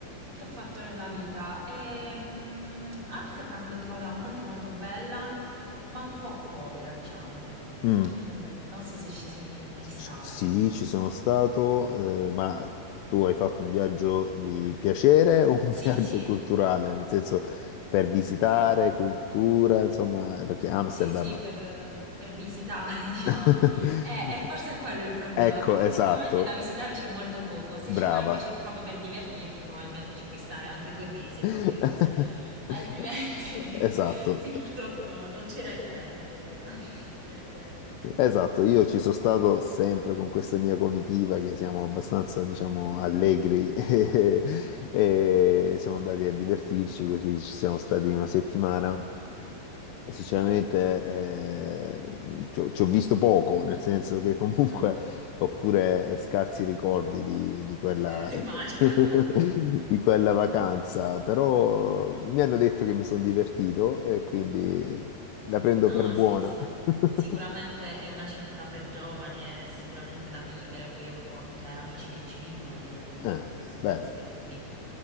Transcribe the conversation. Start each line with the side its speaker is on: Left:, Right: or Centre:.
Right: che ho fatto nella vita. E, mm, Amsterdam l'ho trovata molto molto bella, ma un po' povera, diciamo.
Left: Mm.
Right: Eh, non so se ci sei mai
Left: C-
Right: stato.
Left: Sì, ci sono stato, eh, ma tu hai fatto un viaggio di piacere o un
Right: Sì,
Left: <laughs> viaggio
Right: sì.
Left: culturale? Nel senso, per visitare cultura, insomma, eh, perché Amsterdam...
Right: Sì, sì, per, per visitare, <laughs> diciamo.
Left: <laughs>
Right: E, e forse è quello il problema,
Left: Ecco,
Right: perché
Left: esatto,
Right: effettivamente da visitare c'è molto poco. Se
Left: brava.
Right: ci vai invece proprio per divertirti, probabilmente ci puoi stare anche due mesi e
Left: <laughs>
Right: va bene così. Altrimenti,
Left: Esatto.
Right: <laughs> sì, purtroppo non c'era il tempo per, per questo.
Left: Esatto, io ci sono stato sempre con questa mia comitiva che siamo abbastanza, diciamo, allegri <laughs> e siamo andati a divertirci, così ci siamo stati una settimana. E Sinceramente, eh, ci ho, ci ho visto poco, nel senso che comunque
Right: Mm,
Left: ho pure scarsi ricordi di, di quella,
Right: <laughs> immagino.
Left: <laughs> di quella vacanza, però mi hanno detto che mi sono divertito e quindi la prendo
Right: No,
Left: per buona.
Right: sì, sì,
Left: <laughs>
Right: sicuramente è una città per giovani, è sicuramente da vivere, poi io ho anche amici che ci vivono lì addirittura,
Left: Eh,
Right: si sono
Left: bello,
Right: trasferiti lì.